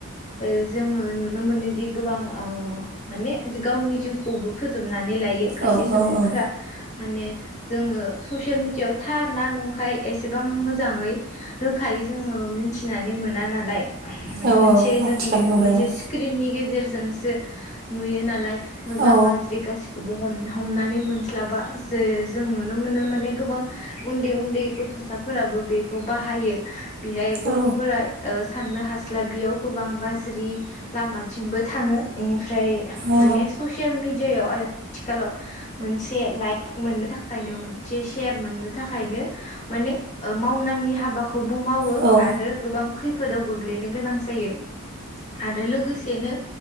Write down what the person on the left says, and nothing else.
ओ जोङो नुनो मोनो दि गोबां ओ माने गावनि जिउखौबो फोजोबना नै लायो खायसे
सुबुंफ्रा।
माने जोङो ससियेल मेडियायाव थार ना नंखाय एसेबां मोजाङै रोखायै जोङो मिथिनानै मोना नालाय मानो
मोनसे
जों बेखौ
मोनसे स्क्रिननि गे जेरजोंसो नुयो नालाय मोजां
गाज्रि गासिखौबो हम हमनानै मोनस्लाबा जे जों नुनो मोनो माने गोबां उन्दै उन्दै गथ'साफोराबो बेखौ बाहायो बेहाय गथ'फोरा
ओ साननो हास्लाबियाव गोबां गाज्रि लामाथिंबो थाङो। एनि फ्राय
माने ससियेल मिडि दियाव आरो थिखालाव मोनसे लाइक मोननो थाखायनो मोनसे सेर मोननो थाखायनो माने मावनांयि हाब बाखौबो मावो
आरो गोबां खैफोदाव गोग्लैनो गोनां जायो आरो लोगोसेनो